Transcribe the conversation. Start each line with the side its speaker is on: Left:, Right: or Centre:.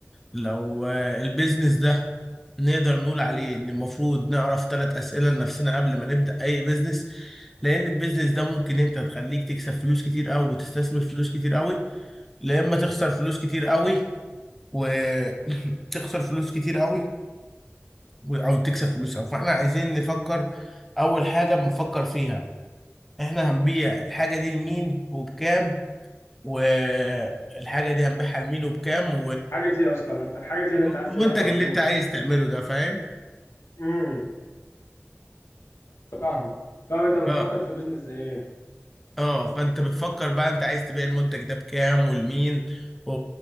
Centre: لو آه، البيزنس ده نقدر نقول عليه ان المفروض نعرف ثلاث اسئله لنفسنا قبل ما نبدا اي بيزنس لان البيزنس ده ممكن انت تخليك تكسب فلوس كتير قوي وتستثمر فلوس كتير قوي لا اما تخسر فلوس كتير قوي وتخسر <laughs> فلوس كتير قوي و- او تكسب فلوس قوي فاحنا عايزين نفكر اول حاجه بنفكر فيها احنا هنبيع الحاجه دي لمين وبكام والحاجه دي هنبيعها لمين وبكام
Left: حاجة ايه اصلا انت حاجة ايه اللي
Centre: والمنتج
Left: انت عايز تبيعها ولا
Centre: اللي
Left: ايه المشروع
Centre: انت عايز تعمله ده فاهم
Left: امم فاهمك طب انت بتفكر
Centre: اه
Left: في بيزنس زي ايه
Centre: اه فانت بتفكر بقى انت عايز تبيع المنتج ده بكام ولمين و...